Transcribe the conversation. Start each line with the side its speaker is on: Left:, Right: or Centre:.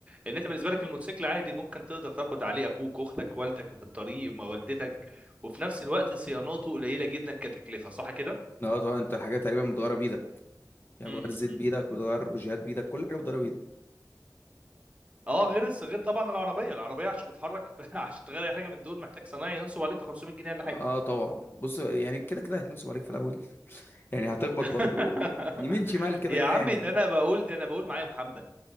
Right: ان انت بالنسبه لك الموتوسيكل عادي ممكن تقدر تاخد عليه اخوك اختك والدك في الطريق ما والدتك وفي نفس الوقت صيانته قليله جدا كتكلفه صح كده
Left: اه طبعا انت الحاجات تقريبا بتغيرها بايدك يعني
Right: امم
Left: بتغير الزيت بايدك بتغير بوجيهات بايدك كل حاجه بتغيرها بايدك
Right: اه غير الس- غير طبعا العربيه العربيه عشان تتحرك <laughs> عشان تغير اي حاجه من دول محتاج صنايعي ينصب عليك في 500 جنيه ولا
Left: اه
Right: حاجه
Left: طبعا بص يعني كده كده هيتنصب عليك في الاول <laughs> يعني هتخبط
Right: <laughs>
Left: برضو يمين شمال كده
Right: يا
Left: كده
Right: عمي
Left: يعني
Right: ده انا بقول ده انا بقول معايا محمد